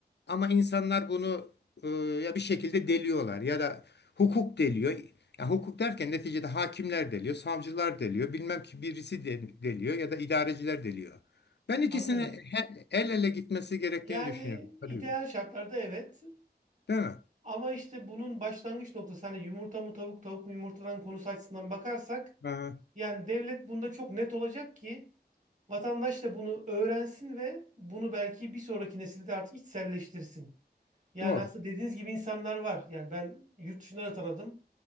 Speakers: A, on the left (about 85°); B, on the right (about 45°).
A: ama insanlar bunu e, ya bir şekilde deliyorlar ya da hukuk deliyor. Ya hukuk derken neticede hakimler deliyor, savcılar deliyor, bilmem ki birisi de- deliyor ya da idareciler deliyor. Ben ikisini
B: Anlıyorum.
A: he- el ele gitmesi gerektiğini
B: Yani
A: düşünüyorum. Tabii.
B: ideal şartlarda evet.
A: Değil mi?
B: Ama işte bunun başlangıç noktası hani yumurta mı tavuk, tavuk mu yumurtadan konusu açısından bakarsak
A: Aha.
B: yani devlet bunda çok net olacak ki vatandaş da bunu öğrensin ve bunu belki bir sonraki nesilde artık içselleştirsin. Yani
A: Doğru.
B: aslında dediğiniz gibi insanlar var. Yani ben yurt dışında da tanıdım.